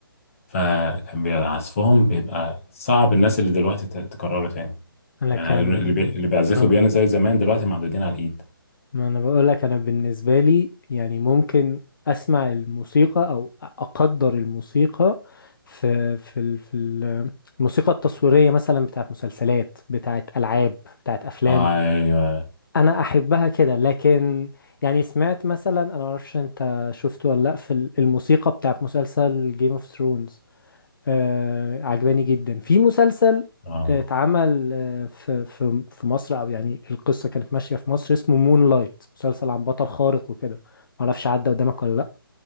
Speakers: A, on the left; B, on the left.
A: فكان بي- عزفهم بيبقى صعب الناس اللي دلوقتي ت- تكرره تاني
B: انا
A: يعني
B: كان
A: اللي بي- اللي بيعزفوا
B: اه
A: بيانو زي زمان دلوقتي معدودين على الايد
B: ما انا بقول لك انا بالنسبه لي يعني ممكن اسمع الموسيقى او اقدر الموسيقى في في ال- في ال- الموسيقى التصويريه مثلا بتاعت مسلسلات بتاعت العاب بتاعت افلام
A: ايوه
B: انا احبها كده لكن يعني سمعت مثلا انا معرفش انت شفته ولا لا في ال- الموسيقى بتاعت مسلسل جيم اوف ثرونز آه عجباني جدا في مسلسل
A: آه.
B: آه، اتعمل آه، في في في مصر او يعني القصه كانت ماشيه في مصر اسمه مون لايت مسلسل عن بطل خارق وكده معرفش عدى قدامك ولا لا